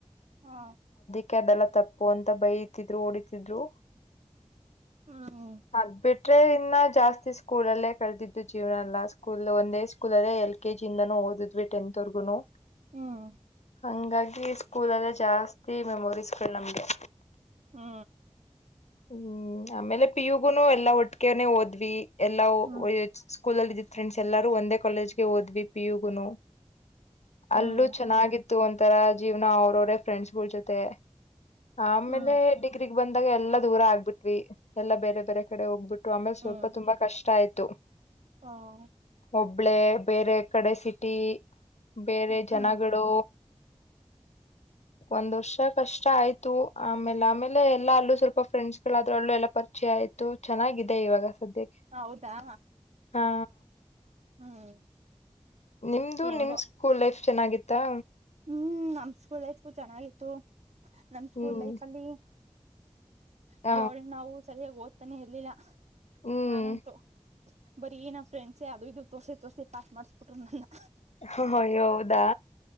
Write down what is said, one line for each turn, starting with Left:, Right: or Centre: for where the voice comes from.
Right: ಹಾ
Left: ಕೆ ಅದಲ್ಲ ತಪ್ಪು ಅಂತ ಬೈತಿದ್ರು ಓಡಿತಿದ್ರು
Right: ಹ್ಮ್
Left: ಆಗ್ಬೇಟ್ಟ ಇನ್ನ ಜಾಸ್ತಿ ಸ್ಕೂಲ್ ಅಲ್ಲೇ ಕಳದಿದ್ದು ಜೀವನ ಎಲ್ಲ ಸ್ಕೂಲ್ ಒಂದೇ ಸ್ಕೂಲ್ ಅಲ್ಲೇ ಎಲ್ ಕೆ ಜಿ ಇಂದನೂ ಓದಿದ್ವಿ ಟೆಂತ್ವರ್ಗುನು
Right: ಹ್ಮ್
Left: ಹಂಗಾಗಿ ಸ್ಕೂಲ ಅಅಲ್ಲೇ ಜಾಸ್ತಿ ಮೆಮೊರೀಸ್ಗಳ ನಮ್ಗೆ.
Right: ಹಾ.
Left: ಹ್ಮ್ ಆಮೇಲೆ ಪಿಯುಗುನು ಎಲ್ಲಾ ಒಟ್ಟಿಗೆೆನೆೇ ಒದ್. ಪದ್ವಿ. ಎಲ್ಲಾವ.
Right: ಹ್ಮ್
Left: ಸ್ಕೂಲ್ ಅಲ್ಲಿದಿದ್ದ ಫ್ರೆಂಡ್ಸ್ ಎಲ್ಲಾರು ಒಂದೇ ಕಾಲೇಜ್ ಗೆ ಹೋದ್ವಿ ಪಿಯುಗು ನು.
Right: ಹ್ಮ್
Left: ಅಲ್ಲೂ ಚೆನ್ನಾಗಿತ್. ಒಂಥರಾ ಜೀವನ ಅವರ್ವ್ರೆ ಫ್ರೆಂಡ್ಸಗುಳ್ ಜೊತೆ. ಆಮೇಲೆ
Right: ಹ್ಮ್
Left: ಡಿಗ್ರಿಗ್. ಬಂದಾಗ ಎಲ್ಲ. ದೂರ ಆಗ್ಬಿಟ್ವಿ ಎಲ್ಲಾ ಬೇರೆ ಬೇರೆ ಕಡೆ ಹೋಗ್ಬಿಟ್ಟವಿ. ಪ್ರಾಮಿಸ್ ಸ್ವಲ್ಪ
Right: ಹ್ಮ್
Left: ತುಂಬಾ ಕಷ್ಟ ಆಯ್ತು ಒಬ್.
Right: ಹ್ಮ್
Left: ಒಬ್ಳೆ ಬೇರೆ ಕಡೆ ಸಿಟಿ. ಬೇರೆ
Right: ಹ್ಮ್
Left: ಜನಗಳು. ಒಂದ್ ವರ್ಷ ಕಷ್ಟ ಆಯ್ತ. ಯ್ತು ಆಮೇಲೆ ಆಮೇಲೆ ಎಲ್ಲಾ ಅಲ್ಲೂ ಸ್ವಲ್ಪ. ಫ್ರೆಂಡ್ಸಗಳಾದ್ರೂ ಅಲ್ಲೂ ಎಲ್ಲ ಪರಿಚಯ ಆಯ್ತು ಚೆನ್ನಾಗಿದೆ ಇವಾಗ. ಸದ್ಯಕ್ಕೆ
Right: ಹ ಹೌದಾ.
Left: ಹಾ
Right: ಹ್ಮ್.
Left: ನಿಮ್ದು
Right: ಹೆಂಗೋ
Left: ನಿಮ್ ಸ್ಕೂಲ್ ಲೈಫ್ ಚೆನ್ನಾಗಿತ್ತಾ.
Right: ಹ್ಮ್ ನಮ್ ಸ್ಕೂಲ್ ಲೈಫು ಚೆನ್ನಾಗಿತ್ತು. ನಮ್ ಸ್ಕೂಲ್
Left: ಹ್ಮ್
Right: ಲೈಫ್ಲ್ಲಿ.
Left: ಹ
Right: ಅಯ್ಯೋ ನಾವು ಸರಿಯಾಗಿ ಓದ್. ತಾನೆ ಇರಲಿಲ್ಲ.
Left: ಹ್ಮ್
Right: ನಾನುಂಟು. ಬರೀ ನನ ಫ್ರೆಂಡ್ಸ್ ಅದು ಇದು ತೋರ್ಸಿ ತೋರ್ಸಿ ಪಾಸ್ ಮಾಡ್ಸಿಬಿಟ್ರು ನನ್ನಾ.
Left: ಹ ಹೊಯ ಹೌದಾ.